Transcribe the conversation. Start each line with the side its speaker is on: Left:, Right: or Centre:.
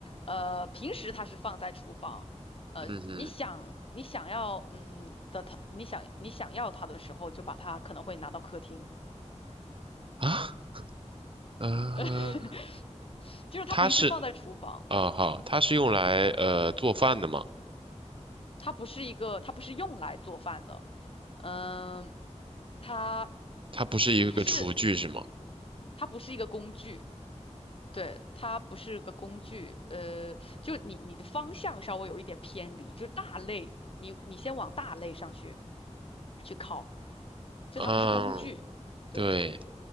Left: 呃，平时它是放在厨房，呃，
Right: 嗯嗯
Left: 你想你想要，嗯的它，你想你想要它的时候，就把它可能会拿到客厅，
Right: 啊，呃，
Left: <laughs> 就是它平时放在厨房，
Right: 它是，啊，
Left: 嗯，
Right: 好，它是用来呃做饭的吗？
Left: 它不是一个，它不是用来做饭的，嗯，它
Right: 它不是一个厨具是吗？
Left: 它是它不是一个工具。对，它不是个工具，呃，就你你的方向稍微有一点偏离，就是大类，你你先往大类上去去靠，就它不是工具，
Right: 嗯，
Left: 对，
Right: 对。